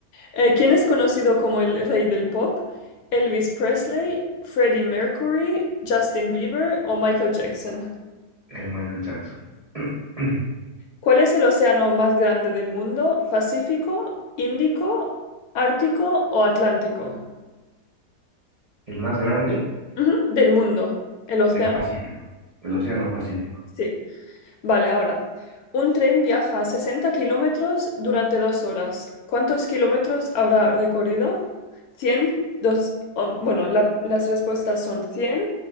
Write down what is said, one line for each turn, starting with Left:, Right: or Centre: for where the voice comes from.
Left: eh, ¿quién es conocido como el rey del pop? ¿Elvis Presley, Freddie Mercury, Justin Bieber o Michael Jackson?
Right: El Michael Jackson. <clears throat>
Left: ¿Cuál es el océano más grande del mundo? ¿Pacífico, Índico, Ártico o Atlántico?
Right: El más grande,
Left: Ujú, del mundo. El océano,
Right: el Pacífico, el Océano Pacífico.
Left: sí. Vale, ahora. Un tren viaja a 60 kilómetros durante dos horas. ¿Cuántos kilómetros habrá recorrido? 100, dos, o- bueno, la- las respuestas son cien,